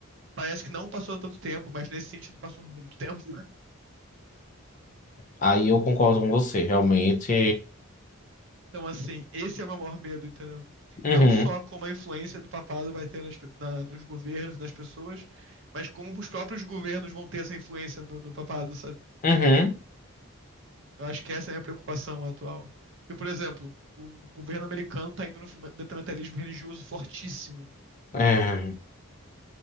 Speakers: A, on the right; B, on the left.
A: Parece que não passou tanto tempo, mas nesse sentido passou muito tempo.
B: Aí eu concordo com você, realmente.
A: Então, assim, esse é o meu maior medo, entendeu?
B: Uhum,
A: Não só como a influência do papado vai ter nas na- nos governos e nas pessoas, mas como os próprios governos vão ter essa influência no, no papado, sabe?
B: uhum.
A: Eu acho que essa é a minha preocupação atual. Porque, por exemplo, o governo americano está indo no fundamentalismo religioso fortíssimo.
B: É.